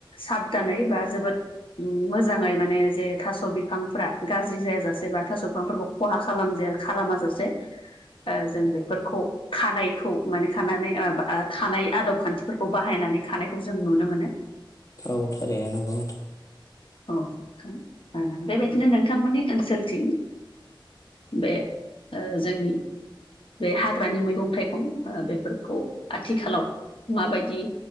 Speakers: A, on the left (about 75°); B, on the left (about 40°).
A: साबदानै बा जोबोद उम मोजाङै माने जे थास' बिफांफ्रा गाज्रि जायाजासे बा थास' फांफोरखौ खहा खालामजाया खालामा जासे ओ! जों बेफोरखौ खानायखौ माने खानानै खानाय आदब खान्थि फोरखौ बाहायनानै खानायखौ जों नुनो मोनो
B: औ थारिनो नोंगौ नोंथां
A: औ नोंथां औ बेबायदिनो नोंथांमोननि ओनसोलथिं बे ओ जोंनि बे हाग्रानि मैगं थाइगं बेफोरखौ आथिखालाव माबायदि